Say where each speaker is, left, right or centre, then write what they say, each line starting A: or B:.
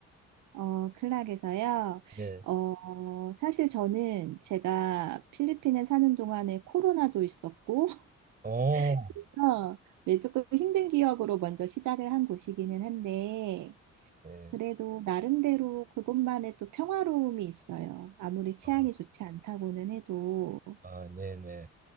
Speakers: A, on the right; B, on the right.
A: 어, 클락에서요.
B: 네.
A: 어, 사실 저는 제가 필리핀에 사는 동안에 코로나도 있었고, <laughs>
B: 오,
A: 그래서 네, 조금 힘든 기억으로 먼저 시작을 한 곳이기는 한데,
B: 네.
A: 그래도 나름대로 그것만의 또 평화로움이 있어요. 아무리 취향이
B: 아,
A: 좋지 않다고는 해도,
B: 아, 네네.